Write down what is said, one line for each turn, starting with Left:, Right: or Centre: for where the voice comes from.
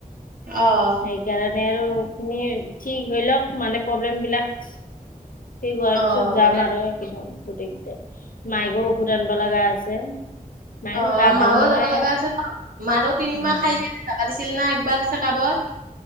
Right: অহ।
Left: সেইকাৰণে আৰু এইখিনি ঠিক হৈ লওঁক, মানে প্ৰব্লেম বিলাক সেই কোৱাৰ
Right: অ',
Left: পিছত
Right: হ'ব দে
Left: ধৰ গোটেইকেইটাই মাইকো ঔষধ আনব লগা আছে মায়ৰো
Right: অ'হ।
Left: গা ভাল
Right: মাও
Left: নহয়
Right: যাবা লাগা আছে ৰহ। মাৰো তিনিমাহ
Left: উম
Right: খাই কেনে যাবা দিছিল না একবাৰ চেকাপত।